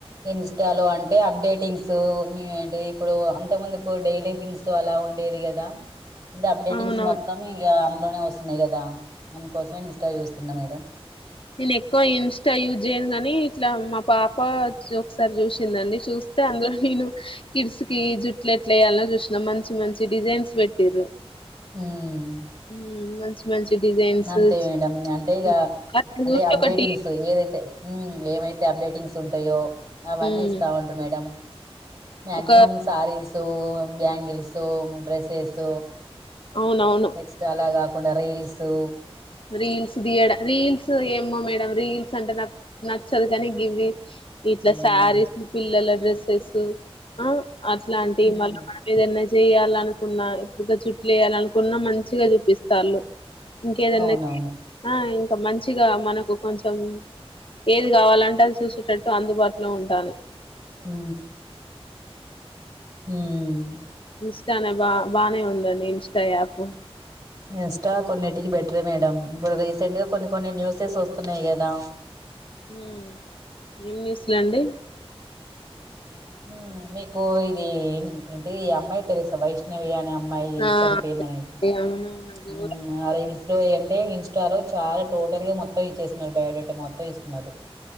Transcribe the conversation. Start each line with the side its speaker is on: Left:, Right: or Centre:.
Right: ఇన్స్టాలో అంటే అప్డేటింగ్స్ అంటే ఇప్పుడు అంత ముందుకు డైలీ హింస్ అలా ఉండేది కదా ఇప్పుడు అప్డేటింగ్స్
Left: అవునవును
Right: మొత్తం ఇక అ <unintelligible> వని కదాం అందుకోసమే ఇన్స్ా చూస్తున్నాం మేడడం
Left: నేను ఎక్కువ ఇన్స్టా యూజ్ చేయను కాగానీ ఇట్లా మా పాప ఒకసారి చూసిందండి చూస్తే అందులో నేను కిడ్స్ కి జుట్ల ఎట్లా వేయాల చూసినా మంచి మంచి డిజైన్స్ పెట్టిర్రు
Right: మ్మ్
Left: ఆ మంచి మంచి డిజైన్స్
Right: అంతే మేడం అంటే ఇక
Left: హ్మ్. అప్పుడు
Right: అంటే
Left: జూసి
Right: అప్డేటింగ్స్
Left: ఒకటి
Right: ఏదైతే ఏమైతే అప్డేటింగ్స్ ఉంటాయో అవన్నీ
Left: హ్మ్.
Right: ఇస్తా ఉంటు మేడం మ్యాక్సిమమ్
Left: ఒక
Right: సారిీస్ బ్యాంగిల్సు డ్రెస్సెస్
Left: అవునవును.
Right: నెక్స్ట్ అలాగ <unintelligible> పుణరల్ <unintelligible> సో
Left: రీల్స్ తియడ రీల్స్ ఏమో మేడం రీల్స్ అంటే నచ్చ నచ్చదు కానీ గివి ఇట్లా
Right: మ్మ్
Left: శారీస్ పిల్లల డ్రెస్ శేసు ఆ అట్లాంటివి
Right: మ్మ్
Left: మళ్ళీ మన మీద ఎన్న చేయాలనుకున్నా ఎక్కువగా చుట్లు వేయాలనుకున్న మంచిగా చూపిస్తాళ్ళు ఇంకేదన్నే
Right: అవునవును
Left: ఆ ఇ మంచిగా మనకు కొంచెం ఏది కావాలంటే అ చూసేటట్టు అందుబాటులో ఉండాలి
Right: మ్మ్ మ్మ్
Left: ఇష్ట నా బా బానే ఉందే మీ ఇంస్టా యాప్
Right: ఇంస్టా కొన్నిటికి బెటరే మేడం ఇప్పుడు రీసెంట్ గా కొన్ని కొన్ని న్యూసెస్ వస్తున్నాయి కదా
Left: మ్మ్ ఏం న్యూజలాండు
Right: మ్మ్ మీకు ఇది ఏంటి ఈ అమ్మాయి తెలుసు వైష్ణవి అని అమ్ మ్మాయి
Left: ఆ
Right: చనిపోయింది
Left: అండి.
Right: అనేసి
Left: అవునవును ఘోరం
Right: మ్మ్ అదే రీల్స్ ఇ ఎంటైర్ ఇన్స్టాలో చాలా టోటల్ గా మొత్తం ఇచ్చేస్తున్నారు బయోడేటా మొత్తం ఇస్తున్నారు